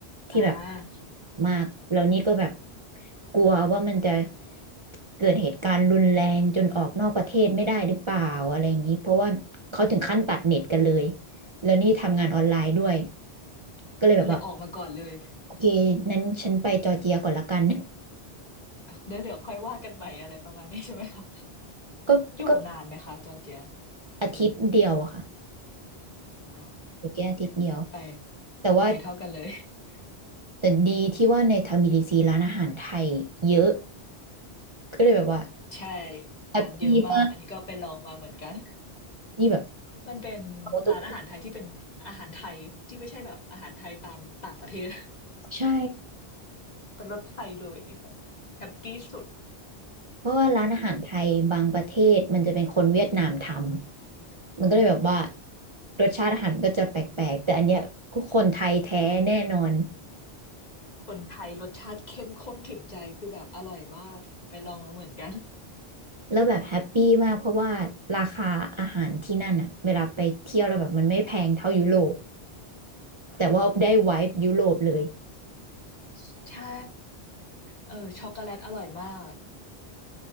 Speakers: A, on the right; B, on the left.
A: ที่แบบ
B: อ่า
A: มากแล้วนี่ก็แบบกลัวว่ามันจะเกิดเหตุการณ์รุนแรงจนออกนอกประเทศไม่ได้หรือเปล่าอะไรอย่างนี้เพราะว่าเขาถึงขั้นตัดเน็ตกันเลย แล้วนี่ทำงานออนไลน์ด้วยก็เลยแบบว่า
B: ก็เลยออกมาก่อนเลย
A: โอเคนั้นฉันไปจอร์เจียก่อนละกัน
B: เดี๋ยวเดี๋ยวค่อยว่ากันใหม่อะไรประมาณนี้ใช่ไหมคะ
A: <laughs> ก็ก็
B: อยู่นานไหมคะจอร์เจีย
A: อาทิตย์เดียวอะค่ะ
B: อ่า
A: จอจีอาทิตย์เดียว
B: ไป
A: แต่ว่า
B: ไปเท่ากันเลย <laughs>
A: แต่ดีที่ว่าในทบิลิซีร้านอาหารไทยเยอะก็เลยแบบว่า
B: ใช่
A: แฮปปี้มาก
B: ร้านเยอะมากอันนี้ก็ไปลองมาเหมือนกัน
A: ที่แบบ
B: <laughs> มันเป็น
A: เขาทุก
B: ร้านอาหารไทยที่เป็นอาหารไทยที่ไม่ใช่แบบอาหารไทยตามต่างประเทศ <laughs>
A: ใช่
B: เป็นรสไทยเลยแบบแฮปปี้สุด
A: เพราะว่าร้านอาหารไทยบางประเทศมันจะเป็นคนเวียดนามทำมันก็เลยแบบว่ารสชาติอาหารก็จะแปลกๆแต่อันเนี้ยก็คนไทยแท้แน่นอน
B: คนไทยรสชาติเข้มข้นถึงใจคือแบบอร่อยมากไปลองมาเหมือนกัน
A: แล้วแบบแฮปปี้มากเพราะว่าราคาอาหารที่นั่นอะเวลาไปเที่ยวเราแล้วแบบมันไม่แพงเท่ายุโรปแต่ว่าได้ไวบ์ยุโรปเลย
B: <laughs> ใช่เออช็อกโกแลตอร่อยมาก